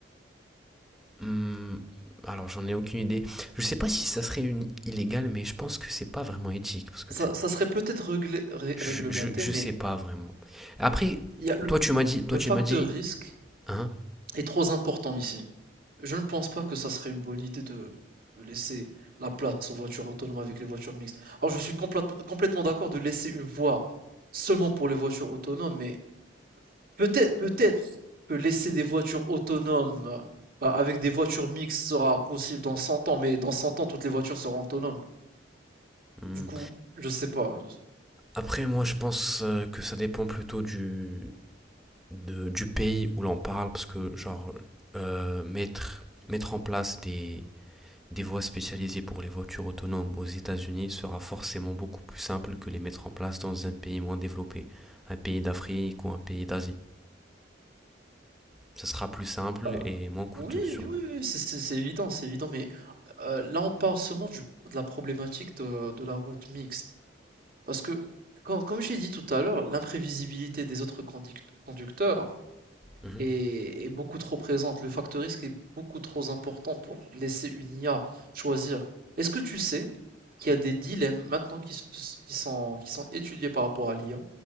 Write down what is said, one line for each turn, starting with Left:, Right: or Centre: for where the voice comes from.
Centre: Hmm, alors j'en ai aucune idée. Je sais pas si ça serait une... illégal, mais je pense que c'est pas vraiment éthique parce que
Right: Ça,
Centre: tu,
Right: ça serait peut-être réglé- ré-
Centre: je,
Right: réglementé,
Centre: je, je
Right: mais
Centre: sais pas vraiment. Après,
Right: il y a le,
Centre: toi tu m'as dit, toi
Right: le
Centre: tu
Right: facteur
Centre: m'as dit,
Right: risque
Centre: hein?
Right: est trop important ici. Je ne pense pas que ça serait une bonne idée de, de laisser la place aux voitures autonomes avec les voitures mixtes. Alors, je suis complète- complètement d'accord de laisser une voie seulement pour les voitures autonomes, mais Peut-être, peut-être que laisser des voitures autonomes euh, avec des voitures mixtes sera possible dans cent ans, mais dans 100 ans, toutes les voitures seront autonomes.
Centre: Hmm.
Right: Du coup, je sais pas.
Centre: Après moi je pense euh, que ça dépend plutôt du de- du pays où l'on parle parce que genre euh, mettre mettre en place des des voies spécialisées pour les voitures autonomes aux États-Unis sera forcément beaucoup plus simple que les mettre en place dans un pays moins développé, un pays d'Afrique ou un pays d'Asie. Ça sera plus simple
Right: Euh,
Centre: et moins coûteux
Right: oui,
Centre: sûrement.
Right: oui, oui, oui, c'est c'est- c'est évident, c'est évident, mais Heu, là, on parle seulement du de la problématique de de la route mixte. Parce que, com comme j'ai dit tout à l'heure, l'imprévisibilité des autres conduct conducteurs
Centre: Mhm.
Right: est est beaucoup trop présente. Le facteur risque est beaucoup trop important pour laisser une IA choisir. Est-ce que tu sais qu'il y a des dilemmes maintenant qui se qui sont qui sont étudiés par rapport à l'IA?